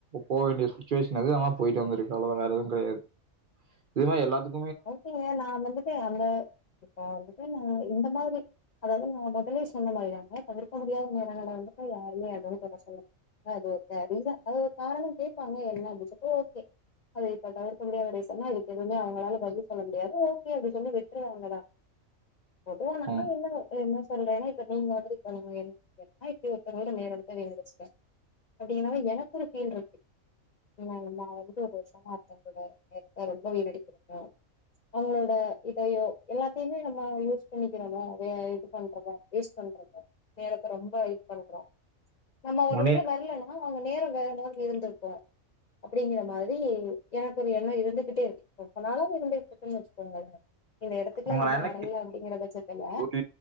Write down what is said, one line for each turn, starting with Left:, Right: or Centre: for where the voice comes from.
Right: போ வேண்டிய சுச்சுவேஷன் அது அனா போயிட்டு வந்துருக்கு எவ்ளோதா வேற எதுவு கெடையாது இது மாரி எல்லாத்துக்கு
Left: ஓகேங்க நா வந்துட்டே அந்த இப்ப வந்துட்டு நா இந்த மாரி அதாவது நா மொதலே சொன்ன மாரிதாங்க தவிர்க்க முடியாத <inaudible> வந்தப்ப யாருமே <inaudible> அது ஒர் கா ரீசன் அது ஒரு காரணோ கேப்பாங்க என்ன அப்டி சொ ஓ ஓகே அது இப்ப தவிர்க்க முடியாத ரீசன்னா இதுக்கு எதுவுமே அவங்களால பதில் சொல்ல முடியாது ஓகே அப்படி சொல்லி விட்ருவாங்க டா பொதுவா
Right: இருக்கும்.
Left: நம்ம இன்னமு இது என்ன சொல்றேன்னா இப்ப நீங்க மாதிரி <inaudible> இப்டி ஒருத்தங்களோட நேரடத்த வீணடிச்சிப்பா அப்டி எனா எனக்கு ஒரு ஃபீல் இருக்கு <unintelligible> நம்மா வந்து ஒரு வருஷமா ஒருத்தங்களோட நேரத்த ரொம்ப வீணடிக்கறமோ அவங்களோட இதையோ எல்லாத்தையுமே நம்ம யூஸ் பண்ணிக்கிறமோ வே இது பண்றமோ வேஸ்ட் பண்றதா நேரத்த ரொம்ப இது பண்றோ நம்ம ஒருவேள
Right: உன்னி-
Left: வரல அ அவங்க நேரோ வேற மாதிரி இருந்துருக்கு அப்படிங்கற மாரி எனக்கு ஒரு எண்ணோ இருந்துகிட்டே இருக்கு இப்போ அதனால இப்ப இருந்துகிட்டு இருக்குன்னு வெச்சுக்கோங்களே இந்த எடத்துக்குலா
Right: உங்களை
Left: நம்ம
Right: என்ன
Left: வரல
Right: கேட்க-
Left: அப்படிங்கற பட்சத்துல
Right: ஒரு